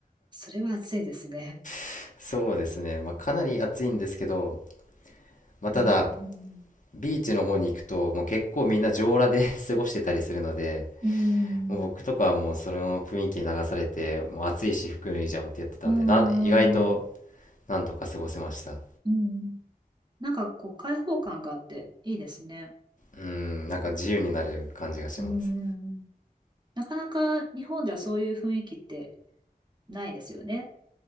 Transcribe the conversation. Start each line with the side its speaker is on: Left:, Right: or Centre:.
Right: それは暑いですね。
Left: <laughs> そうですね。まあ、かなり暑いんですけど、まあ、ただ、
Right: うんうん
Left: ビーチの方に行くと、もう結構みんな上裸で <laughs> 過ごしてたりするので、
Right: うん。
Left: もう僕とかはもうそれの雰囲気に流されてもう暑いし服脱いじゃおうってやってたんでな意外と
Right: うん。うん。うん
Left: なんとか過ごせました
Right: うん。なんかこう、開放感があっていいですね。
Left: うんなんか自由になれる感じがします
Right: うんうんなかなか日本ではそういう雰囲気ってないですよね。